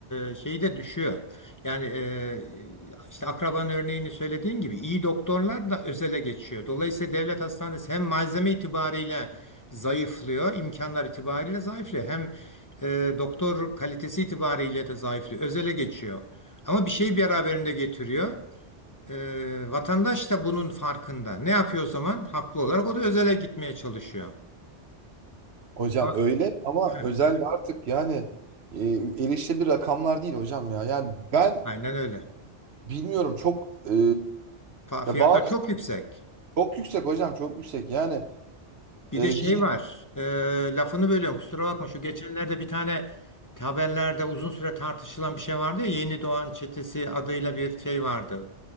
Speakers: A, on the left; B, on the right.
A: e, şeyi de düşüyor. Yani e, işte akraban örneğini söylediğin gibi iyi doktorlar da özele geçiyor. Dolayısıyla devlet hastanesi hem malzeme itibariyle zayıflıyor, imkanlar itibariyle zayıflıyor. Hem e, doktor kalitesi itibariyle de zayıflıyor, özele geçiyor. Ama bir şeyi beraberinde getiriyor. E, vatandaş da bunun farkında. Ne yapıyor o zaman? Haklı olarak o da özele gitmeye çalışıyor.
B: Hocam
A: Ha,
B: öyle ama
A: he,
B: özel de artık yani e, erişilebilir rakamlar değil hocam ya. Yani ben
A: Aynen öyle.
B: bilmiyorum çok e,
A: Fa- Fiyatlar
B: ya bazı
A: çok yüksek.
B: Çok yüksek hocam çok yüksek. Yani
A: Bir
B: e,
A: de şey
B: gidip
A: var. e, lafını bölüyorum kusura bakma. Şu geçenlerde bir tane haberlerde uzun süre tartışılan bir şey vardı ya. Yeni Doğan Çetesi adıyla bir şey vardı.